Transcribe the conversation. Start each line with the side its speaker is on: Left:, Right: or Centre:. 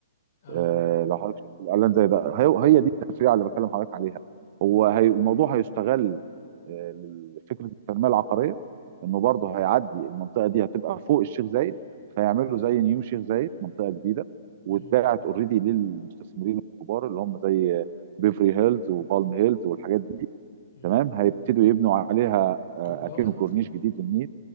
Left: اه
Right: آه، لو حضرتك شفت الاعلان زي ده هي هي دي التفريعه اللي بكلم حضرتك عليها هو هي الموضوع هيستغل آه، لفكره التنميه العقاريه انه برضه هيعدي المنطقه دي هتبقى فوق الشيخ زايد فيعملوا زي نيو شيخ زايد منطقه جديده واتباعت
Left: امم
Right: اوريدي للمستثمرين الكبار اللي هم زي بيفري هيلز وبالم هيلز والحاجات دي
Left: امم
Right: تمام هيبتدوا يبنوا عليها آه،
Left: كومباوند
Right: اكنه كورنيش جديد للنيل